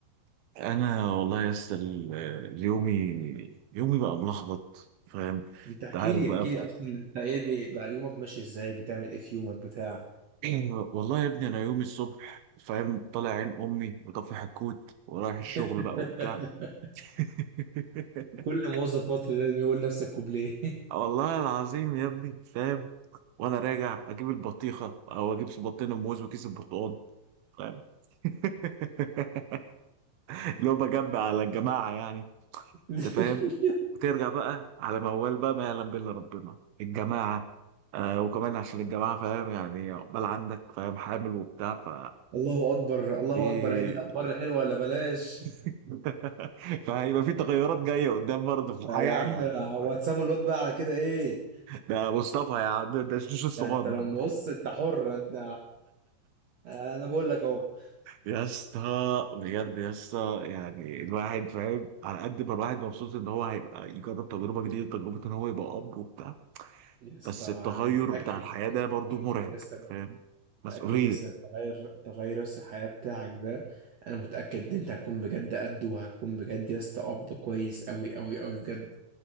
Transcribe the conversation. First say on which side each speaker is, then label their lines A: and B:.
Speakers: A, on the right (about 70°); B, on the right (about 50°).
A: أنا والله يا اسطى ال- يومي يومي بقى ملخبط فاهم
B: انت احكي
A: أنت عارف
B: لي
A: بقى
B: احكي لي اصلا انت ايه بي- بقى يومك ماشي ازاي بتعمل ايه في يومك بتاع
A: ايوه <clears throat> والله يا ابني أنا يومي الصبح فاهم طالع عين أمي وطفي حكوت ورايح الشغل
B: <laughs>
A: بقى وبتاع <laughs>
B: كل موظف مصري لازم يقول نفس الكوبليه
A: والله العظيم يا ابني فاهم وانا راجع اجيب البطيخه او اجيب صباطين موز وكيس البرتقال فاهم <laughs> لو بجمع على الجماعه يعني
B: <laughs>
A: انت فاهم ترجع بقى على موال بقى ما يعلم به الا ربنا الجماعه آه وكمان عشان الجماعه فاهم يعني عقبال عندك فاهم حامل وبتاع ف
B: الله اكبر الله
A: في
B: اكبر هذه الاخبار الحلوه ولا بلاش
A: <laughs> فهيبقى في تغيرات جايه قدام برضه في الحياه
B: لا يا عم
A: يعني
B: هو هتسموا الواد بقى على كده ايه
A: ده مصطفى يا عم ده ده الشيش الصغنن
B: ده انت لما بص انت حر انت انا بقول لك اهو
A: يا اسطى بجد يا اسطى يعني الواحد فاهم على قد ما الواحد مبسوط ان هو هيبقى يجرب تجربه جديده تجربه ان هو يبقى اب وبتاع
B: يس
A: بس
B: انا
A: التغير
B: متاكد
A: بتاع الحياه ده برضو
B: متاكد
A: مرعب
B: يس
A: فاهم
B: متاكد
A: مسؤوليه
B: يس إن تغير تغير يس الحياه بتاعك ده انا متاكد ان انت هتكون بجد قد وهتكون بجد يس اب كويس قوي قوي قوي بجد